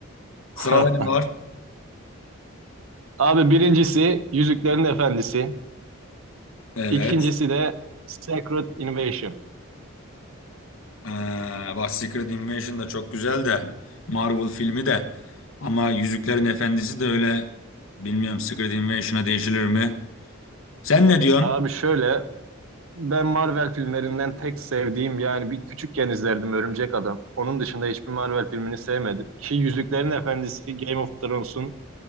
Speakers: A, on the left (about 70°); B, on the right (about 75°).
A: Sırada
B: <laughs>
A: ne var?
B: Abi birincisi Yüzüklerin Efendisi.
A: Evet.
B: İkincisi de Secret Invasion.
A: Ee, bak Secret Invasion da çok güzel de Marvel filmi de ama Yüzüklerin Efendisi de öyle bilmiyorum Secret Invasion'a değişilir mi? Sen ne diyorsun?
B: Abi şöyle ben Marvel filmlerinden tek sevdiğim yani bir küçükken izlerdim Örümcek Adam. Onun dışında hiçbir Marvel filmini sevmedim. Ki Yüzüklerin Efendisi Game of Thrones'un